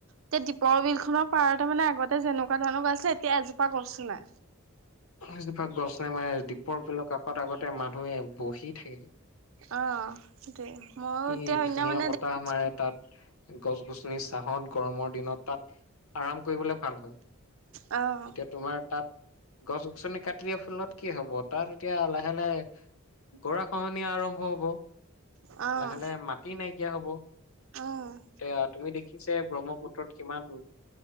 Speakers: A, on the right; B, on the left.
A: তে দীপৰ বিল খনৰ পাৰতে মানে আগতে যেনেকুৱা ধৰণৰ গৈ আছিলে, এতিয়া এজোপা গছো নাই।
B: এজোপা গছ নাই মানে দ্বীপৰ বিল কাষত আগতে মানুহে বহি থাকে।
A: অ সেইটোৱে মইয়ো
B: কি
A: এতিয়া সেইদিনা
B: ধুনীয়া
A: মানে
B: বতাহ
A: দেখিছো
B: মাৰে তাত, গছ- গছনিৰ চাহত, গৰমৰ দিনত তাত আৰাম কৰিবলে ভাল হয়।
A: অ অ
B: এতিয়া তোমাৰ তাত গছ গছনি কাটি দিয়া ফুলত কি হব, তাৰ এতিয়া লাহে লাহে গৰা খহনীয়া আৰম্ভ হব,
A: অ',
B: লাহে লাহে মাটি নাইকিয়া হব,
A: অ',
B: এয়া তুমি দেখি ছে ব্ৰহ্মপুত্ৰত কিমান দূৰ